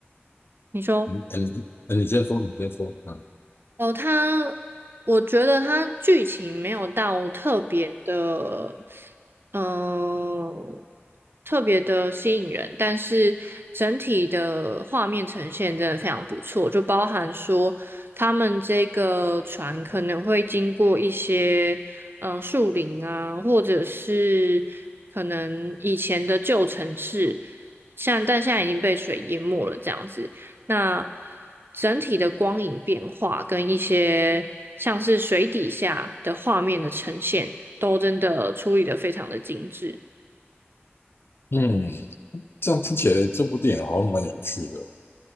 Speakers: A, on the right; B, on the left.
A: 你说。
B: 嗯，哎你哎你先说，你先说啊。
A: 哦，它，我觉得它剧情没有到特别的，嗯、特别的吸引人，但是整体的画面呈现真的非常不错，就包含说他们这个船可能会经过一些，嗯、树林啊，或者是可能以前的旧城市，像但现在已经被水淹没了这样子。那整体的光影变化跟一些像是水底下的画面的呈现，都真的处理的非常的精致。
B: 嗯，这样听起来这部电影好像蛮有趣的。